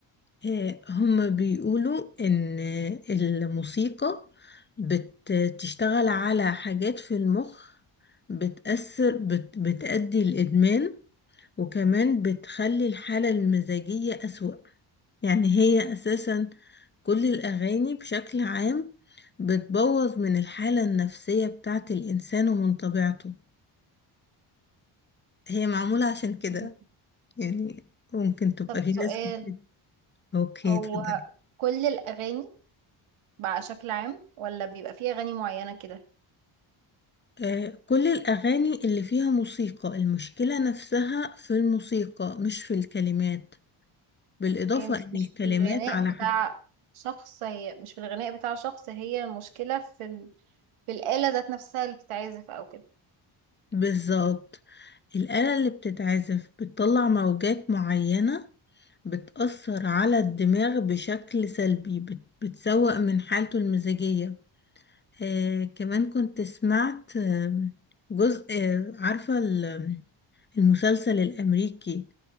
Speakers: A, on the left; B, on the right.
A: آه، هما بيقولوا إن الموسيقى بتشتغل على حاجات في المخ بتأثر بت بتأدي الإدمان وكمان بتخلي الحالة المزاجية أسوأ يعني هي أساسا كل الأغاني بشكل عام بتبوظ من الحالة النفسية بتاعة الإنسان ومن طبيعته هي معمولة عشان كده
B: مم.
A: يعني ممكن تبقى
B: طب
A: في
B: سؤال
A: ناس كتير أوكي
B: هو
A: اتفضلي
B: كل الاغاني بقى شكل عام ولا بيبقى في اغاني معينه كده
A: آه، كل الأغاني اللي فيها موسيقى المشكلة نفسها في الموسيقى مش في الكلمات بالإضافة
B: فهمتك
A: إن
B: مش
A: الكلمات
B: في الغناء
A: على
B: بتاع
A: ح-
B: شخص هي مش في الغناء بتاع شخص هي المشكله في ال... في الاله ذات نفسها اللي بتتعزف او كده
A: بالظبط الآلة اللي بتتعزف بتطلع موجات معينة بتأثر على الدماغ بشكل سلبي بت- بتسوء من حالته المزاجية آه كمان كنت سمعت آه، جزء آه، عارفة ال- المسلسل الأمريكي